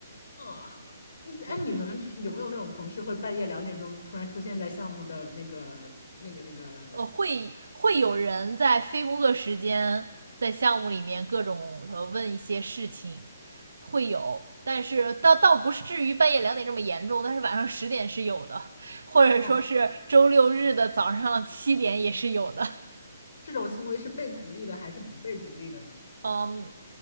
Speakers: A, on the left (about 60°); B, on the right (about 80°).
A: 啊，嗯，
B: 就是这样。
A: 哎，你们有没有那种同事会半夜两点钟突然出现在项目的那个、那个、那个？
B: 呃，会会有人在非工作时间在项目里面各种呃问一些事情，会有，但是倒倒不是至于半夜两点这么严重，但是晚上十点是有的，或者说是周六日的早上七点也是有的。
A: 哦，这种行为是被鼓励的还是不被鼓励的呢？
B: 嗯，